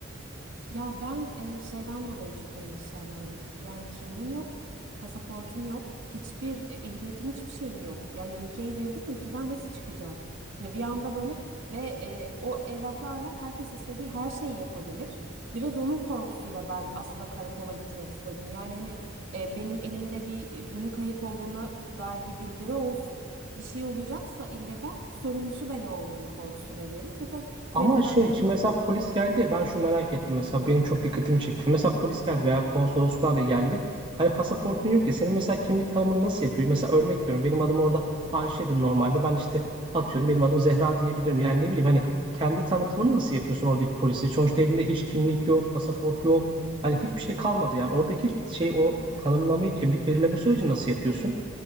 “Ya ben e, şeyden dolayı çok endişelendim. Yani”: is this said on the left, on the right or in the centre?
Right